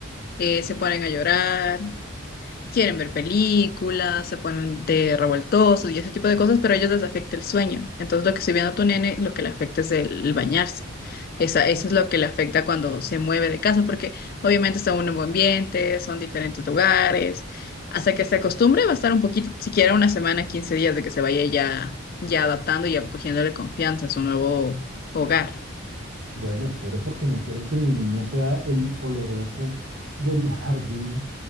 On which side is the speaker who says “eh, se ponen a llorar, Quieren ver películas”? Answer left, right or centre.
Left